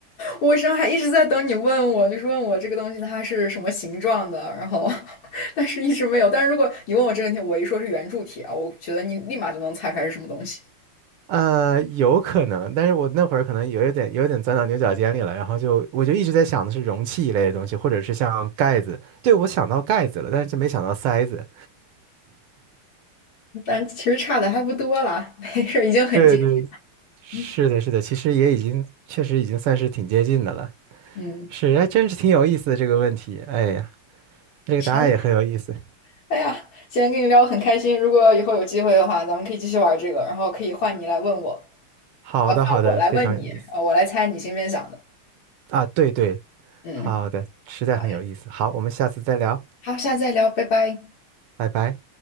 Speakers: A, on the left; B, on the right.
A: 我身上还一直在等你问我，就是问我这个东西它是什么形状的，然后 <laughs> 但是一直没有。但是如果你问我这个问题，我一说是圆柱体啊，我觉得你立马就能猜出来是什么东西。
B: 呃，有可能，但是我那会儿可能有一点有点钻到牛角尖里了，然后就我就一直在想的是容器一类的东西，或者是像盖子。对，我想到盖子了，但是就没想到塞子。
A: 但其实差的还不多啦，没事儿，已经很接近。
B: 对对，是的，
A: 嗯，
B: 是的，其实也已经确实已经算是挺接近的了。
A: 嗯
B: 是，还真是挺有意思的这个问题。哎呀，这个答案也很有意思。
A: 行，<laughs> 哎呀，今天跟你聊的很开心，如果以后有机会的话，咱们可以继续玩这个，然后可以换你来问我，
B: 好的，
A: 呃，换我来问你，
B: 好的，非常有意思
A: 呃，我来猜你心里面想的。
B: 啊。对对，
A: 嗯，
B: 好的，实在很有意思。
A: 好嘞，
B: 好，我们下次再聊，
A: 好，下次再聊，拜拜。
B: 拜拜。